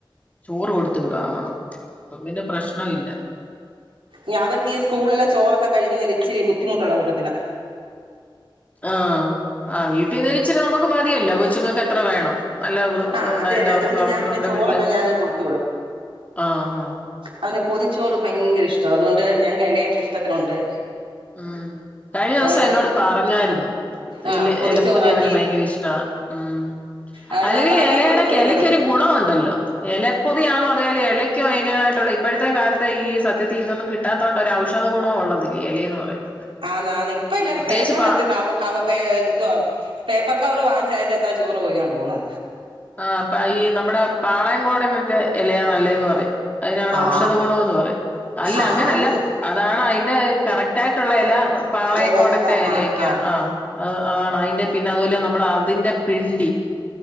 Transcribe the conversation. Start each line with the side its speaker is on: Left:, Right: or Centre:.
Left: ചോറ് കൊടുത്തു വിടാ ആ അപ്പ പ്രശ്നവില്ല.
Right: ഇ അവർക്ക് ഈ സ്കൂളിലെ ചോറൊക്കെ കഴിക്കുന്ന ഇച്ചിരി ബുദ്ധിമുട്ടുള്ള കൂട്ടത്തില
Left: ആഹ് ആ വീട്ടിന്നിരിച്ചിട്ട് നമുക്ക് മതിയല്ലോ കൊച്ചുങ്ങൾക്ക് എത്ര വേണം നല്ല വൃ
Right: ആഹ്
Left: ഇതായിട്ട്
Right: അത് തന്നെ
Left: അവർക്ക്
Right: അതുകൊണ്ട്
Left: അവർക്ക്
Right: ഞാൻ പിന്നെ
Left: നമ്മുടെ
Right: ചോറൊക്കെ
Left: വീട്ടില്
Right: ഞാനങ്ങ് കൊടുത്ത് വിടും.
Left: ആഹ് ആഹ്
Right: അവന് പൊതിച്ചോറ് ഭയങ്കര ഇഷ്ട. അതുകൊണ്ട് ഞാൻ ഇലയൊക്കെ ഇഷ്ടത്തിനുണ്ട്.
Left: ഉം കഴിഞ്ഞ
Right: അതുകൊണ്ട്
Left: ദിവസം എന്നോട് പറഞ്ഞായിരുന്നു
Right: ആഹ്
Left: ഇ
Right: പൊതിച്ചോറാക്കി
Left: എലപ്പോതി അവന് ഭയങ്കര ഇഷ്ട മ്
Right: അതുകൊണ്ട്
Left: അല്ലെങ്കി
Right: അത് അതാ
Left: ഇലയുടെ
Right: കൊടുത്തു വിടുന്നത്
Left: ഇലക്കൊ ഒരു ഗുണണ്ടല്ലോ ഇലപ്പൊതിയാണന്ന് പറഞ്ഞാല് ഇലക്ക അതിന <unintelligible> ട്ട ഇപ്പോഴത്തെ കാലത്തെ ഈ സത്യത്തി ഇതൊന്നും കിട്ടാത്തോണ്ടാഔഷധ ഗുണോ ഒള്ളത് ഇലയന്ന് പറയുന്നത്.
Right: ആന്‌ ആ ന് ഇപ്പൊ എല്ലാരും
Left: പ്രത്യേകിച്ച്
Right: പാപ്പറിനകത്ത്
Left: പാ
Right: കവ കവ ഏ എന്ത പേപ്പർക്ക് ക്കവര് വാങ്ങിച്ച് അതിന്റത്താ ചോറ് പൊയി ഞ്ഞോണ്ട് പോവുന്നെ.
Left: ആ അപ്പ ഈ നമ്മടെ പാളയംകോടൻറെ ഇലയാ നല്ലേന്ന് പറയും. അതിനാണ്
Right: ആഹ്
Left: ഔഷധ ഗുണോന്ന് പറയും. അല്ല
Right: ആഹ്
Left: അങ്ങനെയല്ല അതാണ് അതിന്റെ കറക്റ്റ് ആയിട്ടുള്ള ഇല പാളയംകോടന്റെ
Right: എല എല
Left: ഇലയൊക്കെയാണ്.
Right: ആഹ് ആഹ്
Left: ആ അ അതാണ് അതിന്റെ പിന്നെ അതുപോലെ നമ്മുടെ അതിന്റെ പിണ്ടി.